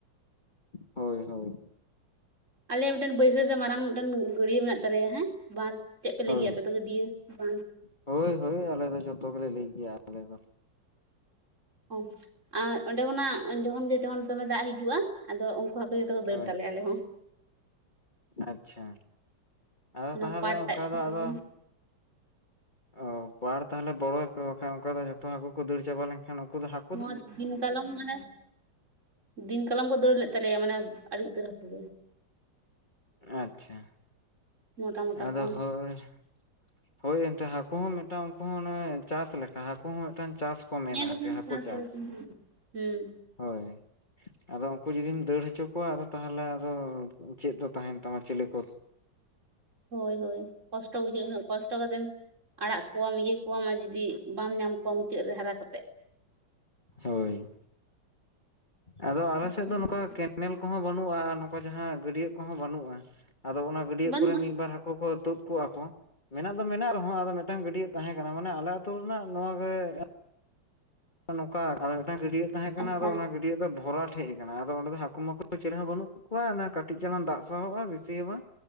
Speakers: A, on the left; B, on the right.
A: ᱦᱳᱭ ᱦᱳᱭ,
B: ᱟᱞᱮᱭᱟᱜ ᱢᱤᱫᱴᱮᱱ ᱵᱟᱹᱭᱦᱟᱹᱲ ᱨᱮ ᱢᱟᱨᱟᱝ ᱢᱤᱫᱴᱮᱱ ᱜᱟᱹᱰᱭᱟᱹ ᱢᱮᱱᱟᱜ ᱛᱟᱞᱮᱭᱟ ᱦᱮᱸ ᱵᱟᱸᱫᱷᱽ᱾ ᱪᱮᱜ ᱯᱮ ᱞᱟᱹᱜᱤᱭᱟ
A: ᱦᱳᱭ
B: ᱟᱯᱮ ᱫᱚ ᱜᱟᱹᱰᱤᱭᱟᱹ ᱵᱟᱸᱫᱷᱽ?
A: ᱦᱳᱭ ᱦᱳᱭ ᱟᱞᱮ ᱫᱚ ᱡᱷᱚᱛᱚ ᱜᱮᱞᱮ ᱞᱟᱹᱭ ᱜᱮᱭᱟ ᱟᱞᱮ ᱫᱚ᱾
B: ᱝ ᱟ ᱚᱸᱰᱮ ᱠᱷᱚᱱᱟᱜ ᱡᱚᱠᱷᱚᱱ ᱜᱮ ᱡᱚᱠᱷᱚᱱ ᱫᱚᱢᱮ ᱫᱟᱜ ᱦᱤᱡᱩᱜᱼᱟ᱾ ᱟᱫᱚ ᱩᱱᱠᱩ ᱦᱟᱹᱠᱩ ᱡᱚᱛᱚ ᱠᱚ ᱫᱟᱹᱲ
A: ᱦᱳᱭ
B: ᱛᱟᱞᱮ ᱟᱞᱮ ᱦᱚᱸ᱾
A: ᱟᱪᱪᱷᱟ ᱟᱫᱚ
B: ᱚᱱᱟ
A: ᱛᱟᱦᱟᱞᱮ
B: ᱯᱟᱴ
A: ᱚᱱᱠᱟ
B: ᱴᱟᱜ ᱡᱷᱚᱛᱚ
A: ᱫᱚ ᱟᱫᱚ,
B: ᱜᱮ
A: ᱚ ᱯᱟᱲ ᱛᱟᱦᱟᱞᱮ ᱵᱚᱲᱚᱭ ᱯᱮ ᱵᱟᱠᱷᱟᱱ ᱚᱸᱠᱟ ᱫᱚ ᱡᱷᱚᱛᱚ ᱦᱟᱹᱠᱳ ᱠᱚ ᱫᱟᱹᱲ ᱪᱟᱵᱟ ᱞᱮᱱᱠᱷᱟᱱ ᱩᱱᱠᱩ ᱫᱚ ᱦᱟᱠ
B: <unintelligible> ᱫᱤᱱ ᱠᱟᱞᱚᱢ ᱢᱟᱱᱮ, ᱫᱤᱱ ᱠᱟᱞᱢ ᱠᱚ ᱫᱟᱹᱲ ᱞᱮᱫ ᱛᱟᱞᱮᱭᱟ ᱢᱟᱱᱮ ᱟᱹᱰᱤ ᱩᱛᱟᱹᱨ ᱦᱟᱹᱠᱩ ᱜᱮ᱾
A: ᱟᱪᱪᱷᱟ
B: ᱢᱚᱴᱟ ᱢᱚᱴᱟ
A: ᱟᱫᱚ
B: ᱠᱚ
A: ᱦᱳᱭ, ᱦᱳᱭ ᱮᱱᱛᱮ ᱦᱟᱹᱠᱳ ᱦᱚᱸ ᱢᱤᱫᱴᱟᱝ ᱩᱱᱠᱩ ᱦᱚᱸ ᱚᱱᱮ ᱪᱟᱥ ᱞᱮᱠᱟ ᱦᱟᱹᱠᱳ ᱦᱚᱸ ᱢᱤᱫᱴᱟᱝ ᱪᱟᱥ᱾ ᱠᱚ ᱢᱮᱱᱟ
B: ᱦᱮᱸ ᱵᱟᱠᱷᱟᱱ
A: ᱟᱨᱠᱤ ᱦᱟᱹᱠᱳ ᱪᱟᱥ
B: ᱞᱮᱠᱷᱟᱱ ᱦᱩᱸ
A: ᱦᱳᱭ᱾ ᱟᱫᱚ ᱩᱱᱠᱩ ᱡᱩᱫᱤᱢ ᱫᱟᱹᱲ ᱦᱚᱪᱚ ᱠᱚᱣᱟ ᱟᱫᱚ ᱛᱟᱦᱟᱞᱮ ᱟᱫᱚ ᱪᱮᱫ ᱫᱚ ᱛᱟᱦᱮᱱ ᱛᱟᱢᱟ ᱪᱮᱞᱮ ᱠᱚᱨ
B: ᱦᱳᱭ ᱦᱳᱭ ᱠᱚᱥᱴᱚ ᱵᱩᱡᱷᱟᱹᱜᱼᱟ ᱩᱱᱟᱹᱜ, ᱠᱚᱥᱴᱚ ᱠᱟᱛᱮᱢ ᱟᱲᱟᱜ ᱠᱚᱣᱟᱢ ᱤᱭᱟᱹ ᱠᱚᱣᱟᱢ ᱟᱨ ᱡᱩᱫᱤ ᱵᱟᱢ ᱧᱟᱢ ᱠᱚᱣᱟ ᱢᱩᱪᱟᱹᱫ ᱨᱮ ᱦᱟᱨᱟ ᱠᱟᱛᱮᱫ᱾
A: ᱦᱳᱭ ᱟᱫᱚ ᱟᱞᱮ
B: ᱠᱚᱥᱴᱚ
A: ᱥᱮᱫ ᱫᱚ
B: ᱵᱩᱡᱷᱟᱹᱜ
A: ᱱᱚᱝᱠᱟ ᱠᱮ ᱱᱮᱞ ᱠᱚᱦᱚᱸ ᱵᱟᱹᱱᱩᱜᱼᱟ ᱟᱨ ᱱᱚᱝᱠᱟ ᱡᱟᱦᱟᱸ ᱜᱟᱹᱰᱭᱟᱹ ᱠᱚᱦᱚᱸ ᱵᱟᱹᱱᱩᱜᱼᱟ ᱟᱫᱚ ᱚᱱᱟ, ᱜᱟᱹᱰᱭᱟᱹ
B: ᱵᱟᱹᱱᱩᱜᱼᱟ
A: ᱠᱚᱨᱮᱜ ᱢᱤᱫ ᱵᱟᱨ ᱦᱟᱹᱠᱳ ᱠᱚ ᱛᱩᱫ ᱠᱚᱜᱼᱟ ᱠᱚ ᱢᱮᱱᱟᱜ ᱫᱚ ᱢᱮᱱᱟᱜ ᱨᱮᱦᱚᱸ ᱟᱫᱚ ᱢᱤᱫᱴᱟᱝ ᱜᱟᱹᱰᱭᱟᱹ ᱛᱟᱦᱮᱸ ᱠᱟᱱᱟ ᱢᱟᱱᱮ ᱟᱞᱮ ᱟᱹᱛᱩᱳ ᱨᱮᱱᱟᱜ ᱱᱚᱣᱟᱜᱮ ᱱᱚᱝᱠᱟ ᱟᱫᱚ ᱢᱤᱫᱴᱟᱝ ᱜᱟᱹᱰᱟᱜ ᱛᱟᱦᱮᱸ ᱠᱟᱱᱟ
B: ᱟᱪᱪᱷᱟ
A: ᱟᱫᱚ ᱚᱱᱟ ᱜᱟᱹᱰ ᱜᱟᱰᱤᱭᱟᱹᱜ ᱫᱚ ᱵᱷᱚᱨᱟᱴ ᱦᱮᱡ ᱟᱠᱟᱱᱟ ᱟᱫᱚ ᱚᱸᱰᱮ ᱫᱚ ᱦᱟᱹᱠᱩ ᱢᱟᱠᱩ <inaudible> ᱪᱮᱞᱮ ᱦᱚᱸ ᱵᱟᱹᱱᱩᱜ ᱠᱚᱣᱟ ᱚᱱᱮ ᱠᱟᱹᱴᱤᱡ ᱪᱟᱞᱟᱝ ᱫᱟᱜ ᱥᱟᱦᱚᱵᱼᱟ ᱵᱤᱥᱤ ᱦᱚᱸ ᱵᱟᱝ᱾